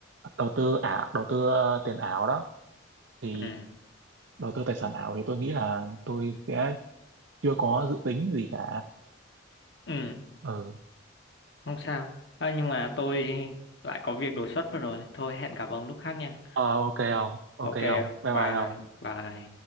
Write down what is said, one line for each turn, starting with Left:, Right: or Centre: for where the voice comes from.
Right: đầu tư ảo đầu tư ờ, tiền ảo đó thì
Left: ừ
Right: đầu tư tài sản ảo thì tôi nghĩ là tôi sẽ chưa có dự tính gì cả
Left: ừ
Right: ừ
Left: không sao à, nhưng mà tôi lại có việc đột xuất mất rồi thôi hẹn gặp ông lúc khác nha
Right: Ờ, ok không ok
Left: ok
Right: không bye
Left: bye
Right: bye không
Left: bye